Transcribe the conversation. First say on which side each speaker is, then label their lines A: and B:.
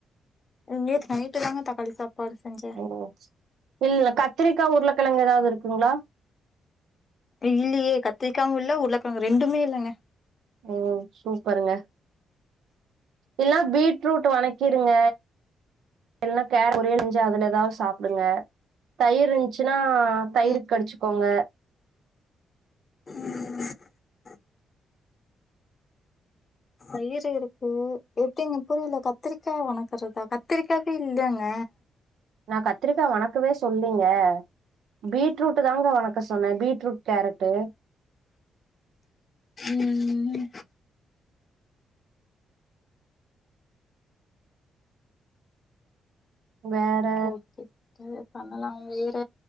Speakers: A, on the left; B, on the right.
A: நேத்து நைட்டுதாங்க தக்காளி சாப்பாடு செஞ்ச
B: ஓ இல்ல கத்திரிக்கா உருளக்கெழங்கு ஏதாவது இருக்குங்ளா
A: இல்லியே கத்திரிக்காவு இல்ல உருளக்கெழங்கு ரெண்டுமே இல்லங்க
B: ஓ சூப்பருங்க இல்லனா பீட்ரூட் வணக்கிருங்க இல்லனா கேரட் பொரியல் செஞ்சு அதுல ஏதாவது சாப்புடுங்க தயிர் இருந்ச்சினா ஆ தயிரு
A: ம்
B: கடிச்சுக்கோங்க
A: ம் தயிரு இருக்கு எப்டிங்க புரில கத்திரிக்கா வணக்குறதா கத்திரிக்காவே இல்லங்க
B: நா கத்திரிக்கா வணக்கவே சொல்லீங்க பீட்ரூட் தாங்க வணக்க சொன்னே பீட்ரூட் கேரட்டு
A: ம்ம்
B: வேற
A: ஓகே சேரி பண்ணலா வேற